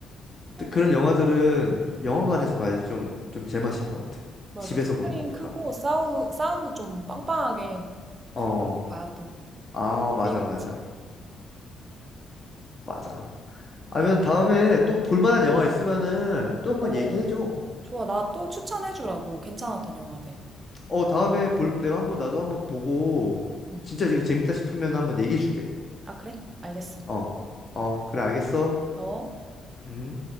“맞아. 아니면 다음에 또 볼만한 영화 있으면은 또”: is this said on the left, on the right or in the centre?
Left